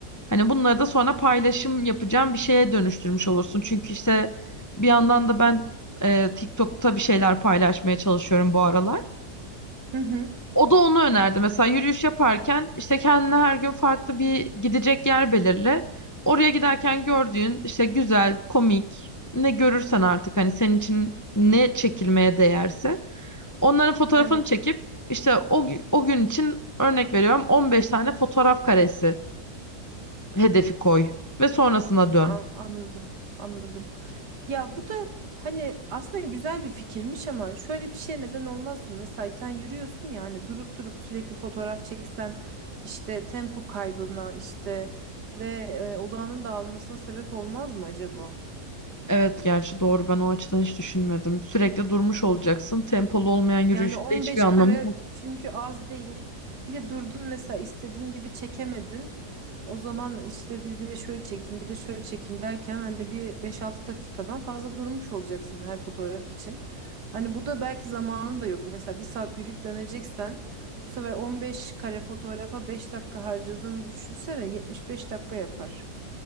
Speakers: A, on the left; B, on the right.
A: Hani bunları da sonra paylaşım yapacağım bir şeye dönüştürmüş olursun. Çünkü işte bir yandan da ben e, TikTok'ta bir şeyler paylaşmaya çalışıyorum bu aralar.
B: hı. hı.
A: O da onu önerdi. Mesela yürüyüş yaparken işte kendine her gün farklı bir gidecek yer belirle. Oraya giderken gördüğün işte güzel, komik ne görürsen artık hani senin için ne çekilmeye değerse onların fotoğrafını
B: Evet.
A: çekip işte o, gü- o gün için örnek veriyorum 15 tane fotoğraf karesi hedefi koy ve sonrasına dön.
B: An- anladım. Anladım. Ya bu da hani aslında güzel bir fikirmiş ama şöyle bir şey neden olmaz mı? Mesela sen yürüyorsun ya hani durup durup sürekli fotoğraf çeksen işte tempo kaybına işte ve e, odağının dağılmasına sebep olmaz mı acaba?
A: Evet gerçi doğru ben o açıdan hiç düşünmedim. Sürekli durmuş olacaksın. Tempolu olmayan yürüyüşün
B: Yani 15
A: de hiçbir anlamı
B: kare
A: yok.
B: çünkü az değil. Bir de durdun mesela istediğin gibi çekemedin. O zaman işte bir de şöyle çekeyim, bir de şöyle çekeyim derken hani bir 5-6 dakikadan fazla durmuş olacaksın her fotoğraf için. Hani bu da belki zamanın da yok. Mesela bir saat yürüyüp döneceksen bu sefer 15 kare fotoğrafa 5 dakika harcadığını düşünsene 75 dakika yapar.